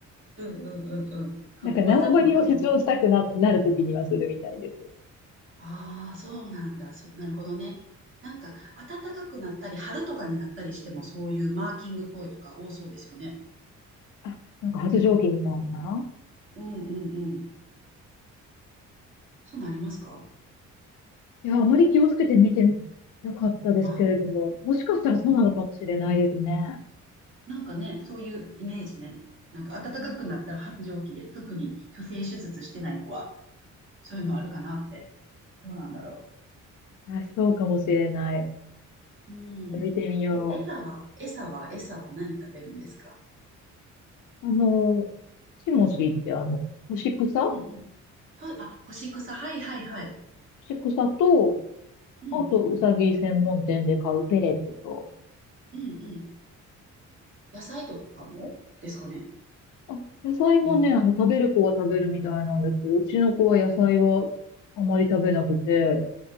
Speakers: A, on the right; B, on the left.
A: うんうんうんうん。<laughs>
B: なんか縄張りを主張したくな、
A: わざとの時も
B: なる時にはするみたいです。
A: ああ、そうなんだ。そう、なるほどね。なんか、暖かくなったり、春とかになったりしても、そういうマーキング行為とか多そうですよね。
B: あ、なんか発情期みたいな。
A: うんうんうん。そうなりますか
B: いや、あまり気をつけて見てなかったですけれども、
A: あ、
B: もしかしたらそうなのかもしれないですね。
A: うん。なんかね、そういうイメージね。なんか、暖かくなったら発情期で、
B: う
A: 特に虚勢手術してない子は、そういうのあるかなって。どうなんだろ
B: んあ、そうかもしれない。ち
A: う。う
B: ょっと見てみよ
A: ん。え、餌は、餌は、餌は何食べるんですか
B: う。あの、チモシーってあの、干し草干
A: うんうん。は、あ、干し草。はいはいはい。
B: し草と、
A: うん。
B: あと、うさぎ専門店で買うペレットと、
A: うんうん。野菜とかもですかね
B: あ、野菜もね、
A: に。
B: あの、食べる子は食べるみたいなんですけど、うちの子は野菜はあまり食べなくて、